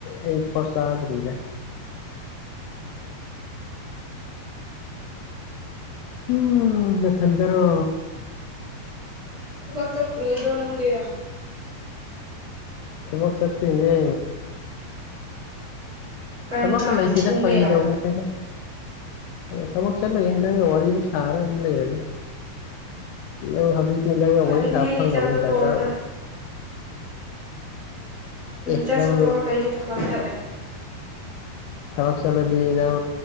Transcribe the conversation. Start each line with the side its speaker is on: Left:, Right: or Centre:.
Left: ꯑꯩ ꯐꯣꯆꯥꯗ꯭ꯔꯤꯗ ꯎꯝ ꯅꯊꯟꯗꯔꯣ
Right: ꯊꯕꯛ ꯆꯠꯂꯣꯏꯗ꯭ꯔꯣ ꯅꯪꯗꯤ
Left: ꯊꯕꯛ ꯆꯠꯇꯣꯏꯅꯦ
Right: ꯀꯔꯝ
Left: ꯊꯕꯛꯀ
Right: ꯀꯥꯟꯗ
Left: ꯂꯩꯇꯦꯗ
Right: ꯄꯨꯡ
Left: ꯐꯩꯒꯤ
Right: ꯀꯌꯥꯗ
Left: ꯇꯧꯕꯅꯦ ꯊꯕꯛ ꯆꯠꯂꯣꯏꯌꯦ ꯅꯪꯒ ꯋꯥꯔꯤ ꯑꯗꯨꯝ ꯁꯥꯔꯒ ꯑꯗꯨꯝ ꯂꯩꯔꯒꯦ ꯅꯪ ꯍꯧꯖꯤꯛꯇꯤ ꯅꯪꯒ
Right: ꯐꯔꯦꯅꯦ
Left: ꯋꯥꯔꯤ ꯁꯥꯕ
Right: ꯑꯩꯗꯤ
Left: ꯐꯪꯉꯝꯅꯤꯅ
Right: ꯆꯥꯛ ꯆꯥꯇꯣꯛꯔꯒ
Left: ꯗꯔꯀꯥꯔ ꯑꯣꯏ ꯑꯦ
Right: ꯆꯥꯛ
Left: ꯅꯪ
Right: ꯆꯥꯊꯣꯛꯑꯒꯥ ꯑꯩꯗꯤ ꯊꯕꯛ ꯆꯠꯂꯅꯤ
Left: ꯊꯕꯛ ꯆꯠꯂꯗꯤ ꯅꯪ